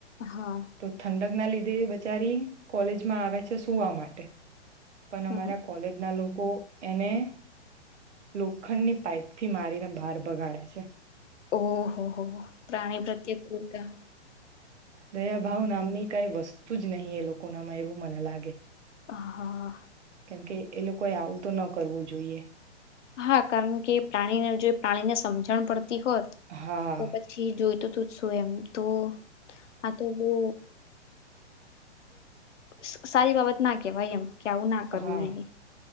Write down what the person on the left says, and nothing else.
હા
હમ
ઓહ હૉ હૉ હો પ્રાણી પ્રત્યે કૃરતા
હ હા
હા કારણ કે પ્રાણીને જો પ્રાણીને સમજે રાણ પણ હોત
તો પછી જો તો સ્વય તો હા તો બહુ સ સારી બાબત ના કેવાય એમ કે આવું ના કરવું
જોઈએ